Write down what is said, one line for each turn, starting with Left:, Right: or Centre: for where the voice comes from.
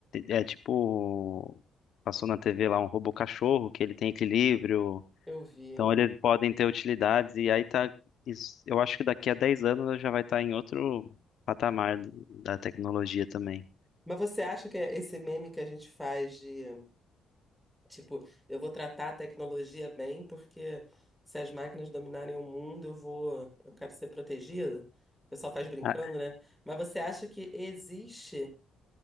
Left: É tipo. Passou na TV lá um robô cachorro, que ele tem equilíbrio.
Centre: Eu vi.
Left: Então eles podem ter utilidades. E aí tá. isso- Eu acho que daqui a dez anos já vai estar em outro patamar do- da tecnologia também.
Centre: Mas você acha que é esse meme que a gente faz de, tipo, eu vou tratar a tecnologia bem, porque se as máquinas dominarem o mundo, eu vou, eu quero ser protegido? O pessoal faz brincando,
Left: Ah,
Centre: né? Mas você acha que existe